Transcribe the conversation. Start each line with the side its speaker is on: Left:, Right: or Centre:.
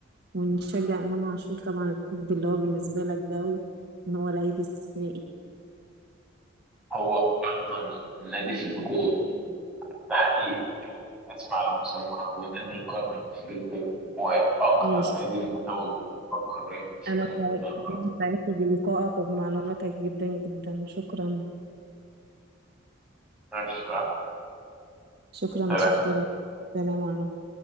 Right: ونشجع إمام عاشور طبعا الطب اللي هو بالنسبة لك ده و- إن هو لعيب استثنائي
Centre: هو اعظم نادي في الكون ده حقيقي اسمع على مسمى ونادي القرن الافريقي واكثر
Right: ماشي
Centre: نادي متوج في القاريه في افريقيا
Right: أنا
Centre: والوطن
Right: سعيد-
Centre: العربي
Right: أنا سعدت بلقائك وبمعلوماتك جدا جدا شكرا
Centre: مش
Right: شكرا
Centre: عارف.
Right: شكرا سلام عليكم